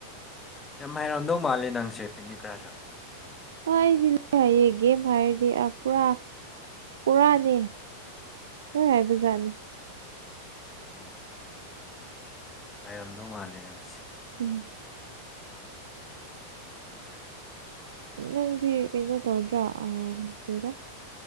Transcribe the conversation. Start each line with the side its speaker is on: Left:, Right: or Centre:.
Left: ꯌꯥꯝ ꯍꯥꯏꯔꯝꯗꯧ ꯃꯥꯂꯦ ꯅꯪꯁꯦ ꯄꯤꯅꯤꯀ꯭ꯔꯥꯁꯨ
Right: ꯍꯥꯏꯥꯏꯔꯤ ꯂꯩ ꯍꯥꯏꯌꯦꯦꯒꯦ ꯍꯥꯏꯔꯤ ꯑ ꯄꯨꯔꯥ ꯄꯨꯔꯥꯅꯦ ꯍꯣꯏ ꯌꯥꯕꯖꯥꯅꯤꯦ
Left: ꯎ ꯍꯥꯏꯔꯝꯗꯧ ꯃꯥꯜꯂꯦ ꯅꯪꯁꯦ
Right: ꯎꯝ ꯅꯪꯗꯤ ꯀꯩꯅꯣ ꯇꯧꯗ꯭ꯔꯥ ꯀꯔ